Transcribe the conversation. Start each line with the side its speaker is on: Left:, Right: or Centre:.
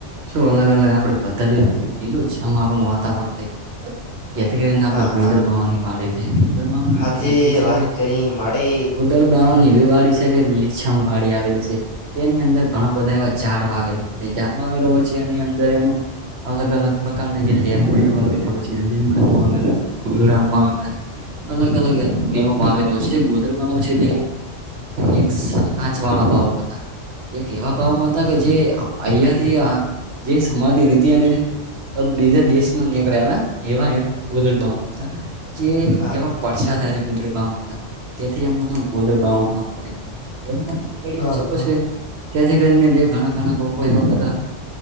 Right: શું અલગ અલગ અલગ આપણે પદ્ધતિ લીલુછમ આપણું વાતાવરણ થઈ ગયું. જેથી કરીને આપડે
Left: હા
Right: ગોદરબાવાની
Left: હા
Right: વાડી. ગોદર બાવાની
Left: હાચે
Right: વાડી એવી છે
Left: વાત
Right: કે
Left: કરી મળે
Right: ઉદરબવાની એવી વાડી છે. કે તે લીલીછમ વાડી આવેલી છે. તેની અંદર ઘણા બધા
Left: હમ
Right: એવા ઝાડ વાવેલા હોય. તે ઝાડ આવેલા હોય છે. એની અંદર એમાં અલગ અલગ પ્રકારની જે લેમડીઓ આવેલી પછી લીમડાઓ આવેલા છે ઢોલડા આવેલા છે. અલગ અલગ એવ વાવેલો છે જે ગોધરા ભાવો છે એક સાાંચ વાળા ભાવો હતા. એક એવા ભાવો હતા
Left: હા
Right: કે જે અહંયાથી જે સમાધિ રીતે અને બીજા દેશમાં નીકળ્યા હતા એવા એક ગોદડ ભાવ હતા. જે
Left: હા
Right: એમાં
Left: હા
Right: પડસાધારી ગુદરબાઓ થીમમડીમ પડી
Left: હા
Right: પછ
Left: હા
Right: તેથી કરીને જે ઘણા ઘણા લોકો એ હતા